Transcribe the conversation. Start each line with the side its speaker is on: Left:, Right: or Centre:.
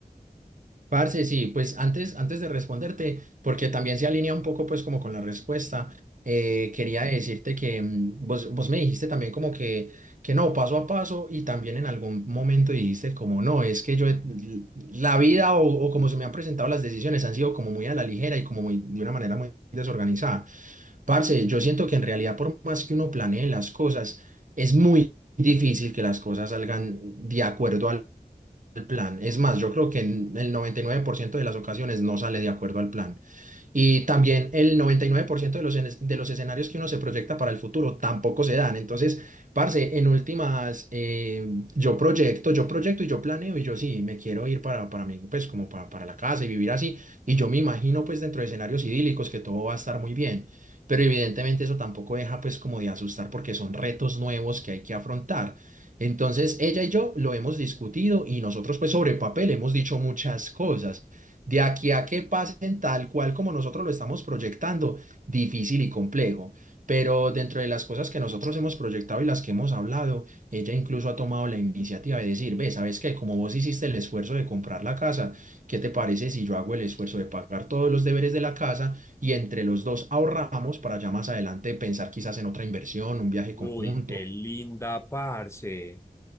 Right: Parce, sí, pues antes, antes de responderte, porque también se alinea un poco pues como con la respuesta, eh, quería decirte que mm, vos, vos me dijiste también como que, que no, paso a paso y también en algún momento dijiste como no, es que yo, he- la vida o, o como se me han presentado las decisiones han sido como muy a la ligera y como muy de una manera muy desorganizada. Parce, yo siento que en realidad por más que uno planee las cosas, es muy difícil que las cosas salgan de acuerdo al plan. Es más, yo creo que en el 99% de las ocasiones no sale de acuerdo al plan. Y también el 99% de los, enes- de los escenarios que uno se proyecta para el futuro tampoco se dan. Entonces, parce, en últimas, eh, yo proyecto, yo proyecto y yo planeo y yo sí, me quiero ir para, para mí, pues como para, para la casa y vivir así. Y yo me imagino pues dentro de escenarios idílicos que todo va a estar muy bien. Pero evidentemente eso tampoco deja pues como de asustar porque son retos nuevos que hay que afrontar. Entonces, ella y yo lo hemos discutido y nosotros pues sobre papel hemos dicho muchas cosas de aquí a que pasen tal cual como nosotros lo estamos proyectando, difícil y complejo. Pero dentro de las cosas que nosotros hemos proyectado y las que hemos hablado, ella incluso ha tomado la iniciativa de decir, ve, ¿sabes qué? Como vos hiciste el esfuerzo de comprar la casa, ¿qué te parece si yo hago el esfuerzo de pagar todos los deberes de la casa y entre los dos ahorramos para ya más adelante pensar quizás en otra inversión, un viaje
Left: Uy,
Right: conjunto?
Left: qué linda, parce.